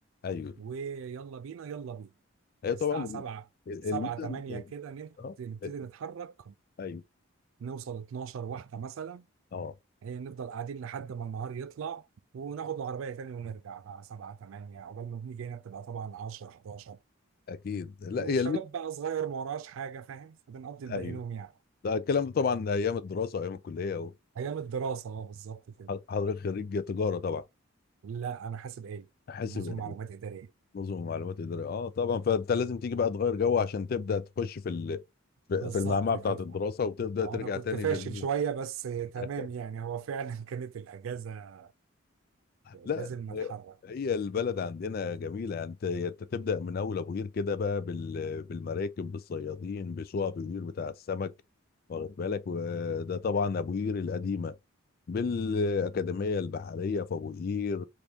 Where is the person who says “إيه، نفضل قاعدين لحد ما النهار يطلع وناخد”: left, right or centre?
Right